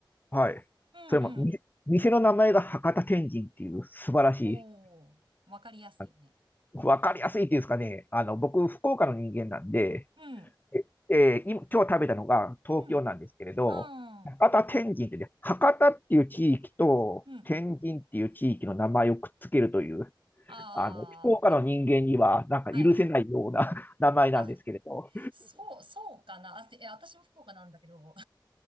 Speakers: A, on the left; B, on the right.
A: はい。
B: うんうん。
A: それも、み店の名前が博多天神っていう素晴らしい、
B: おー、わかりやすいね。
A: あわかりやすいっていうんですかね。あの、僕、福岡の人間なんで、
B: うん、
A: え、で今、今日食べたのが東京なんですけれど、
B: うん、あー、
A: 博多天神ってね、博多っていう地域と天神っていう地域の名前をくっつけるという、
B: うん。あー、
A: あの、福岡の人間には、
B: なるほど。
A: なんか許せないような
B: はい。
A: <laughs> 名前なんですけれど。
B: あ、そう、そうかな。あ、てえ私も福岡なんだけど、